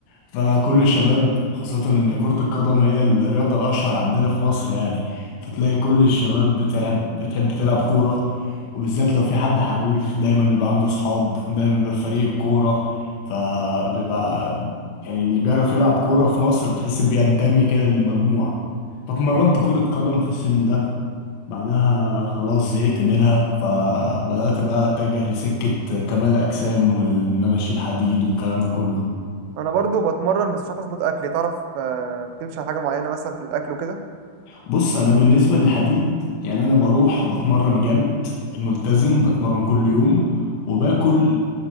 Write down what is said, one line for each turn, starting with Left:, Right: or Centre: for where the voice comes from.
Left: فكل الشباب خاصة ان كرة القدم هي الرياضة الاشهر عندنا في مصر يعني فتلاقي كل الشباب بتلعب بتحب تلعب كورة وبالذات لو في حد حريف دايما بيبقى عنده صحاب دايما بيبقى في فريق الكورة فبيبقى يعني اللي بيعرف يلعب كورة في مصر بتحس بينتمي كده للمجموعة فاتمرنت كرة قدم في السن ده بعدها خلاص زهقت منها فبدأت بقى أتجه لسكة كمال أجسام وإن أنا أشيل حديد والكلام ده كله
Right: انا برضو بتمرن بس مش عارف اظبط اكلي تعرف آه، بتمشي على حاجه معينه مثلا في الاكل وكده
Left: بص أنا بالنسبة للحديد يعني أنا بروح بتمرن جامد ملتزم بتمرن كل يوم وباكل